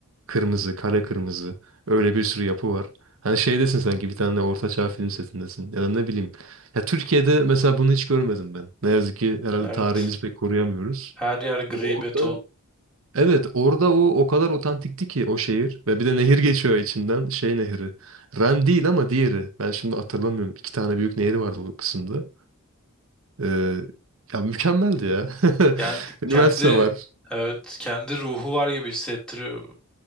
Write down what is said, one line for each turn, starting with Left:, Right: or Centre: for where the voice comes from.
Right: kırmızı, kale kırmızı. Öyle bir sürü yapı var. Hani şeydesin sanki bir tane orta çağ film setindesin. Ya da ne bileyim. Ya Türkiye'de mesela bunu hiç görmedim ben. Ne yazık ki herhalde
Centre: Evet.
Right: tarihimizi pek koruyamıyoruz.
Centre: Her yer gri
Right: Ama orada
Centre: beton.
Right: Evet orada o o kadar otantikti ki o şehir ve bir de nehir geçiyor içinden şey nehri. Ren değil ama diğeri. Ben şimdi hatırlamıyorum. İki tane büyük nehri vardı bu kısımda. Ee, ya mükemmeldi ya. <laughs>
Centre: Yani
Right: Üniversite
Centre: kendi
Right: var.
Centre: evet kendi ruhu var gibi hissettiriyor.